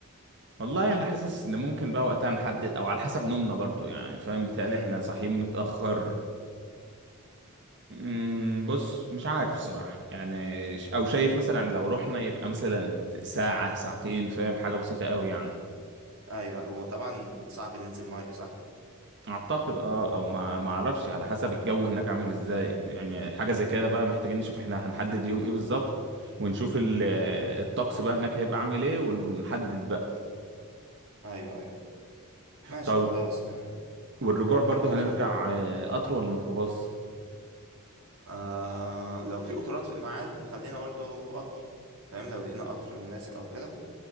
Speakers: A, on the right; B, on the right.
A: والله انا حاسس ان ممكن بقى وقتها نحدد او على حسب نومنا برضو يعني فاهم بيتهيألي
B: امم
A: احنا صاحيين متأخر امم بص مش عارف الصراحة يعني ش- او شايف مثلا لو رحنا يبقى مثلا ساعة ساعتين فاهم حاجة بسيطة قوي يعني
B: ايوه أيوة. وطبعا صعب ننزل مية صح
A: اعتقد اه او ما ما اعرفش على حسب الجو هناك عامل ازاي يعني حاجه زي كده بقى محتاجين نشوف احنا هنحدد يوم ايه بالظبط ونشوف ال-
B: مم.
A: الطقس بقى هناك هيبقى عامل ايه ونحدد بقى
B: ايوه ايوه ماشي
A: طب
B: خلاص يعني
A: والرجوع برضو
B: طيب، قول
A: هنرجع
B: قول.
A: آه، قطر ولا ميكروباص
B: آه لو في قطارات في الميعاد نخلينا برضو قطر فاهم لو لقينا قطر مناسب او كده